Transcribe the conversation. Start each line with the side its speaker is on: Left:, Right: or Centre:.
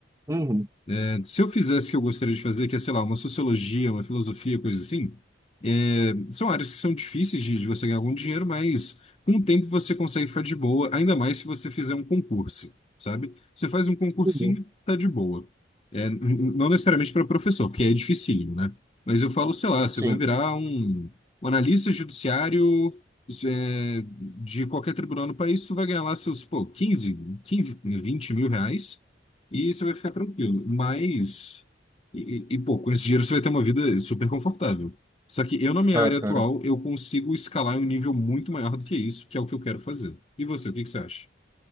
Right: Uhum,
Left: É, se eu fizesse o que eu gostaria de fazer, que é, sei lá, uma sociologia, uma filosofia, coisa assim, é, são áreas que são difíceis de, de você ganhar algum dinheiro, mas com o tempo você consegue ficar de boa, ainda mais se você fizer um concurso, sabe? Você faz um concursinho,
Right: uhum.
Left: tá de boa. É, n- n- não necessariamente para professor, porque é dificílimo, né? Mas eu falo, sei lá, você
Right: Sim.
Left: vai virar um, um analista judiciário isso é, de qualquer tribunal no país, você vai ganhar lá seus, pô, 15, 15, 20 mil reais. E você vai ficar tranquilo. Mas, e, e, e, pô, com esse dinheiro você vai ter uma vida super confortável. Só que eu, na minha
Right: Ah,
Left: área
Right: cara.
Left: atual, eu consigo escalar em um nível muito maior do que isso, que é o que eu quero fazer. E você, o que que você acha?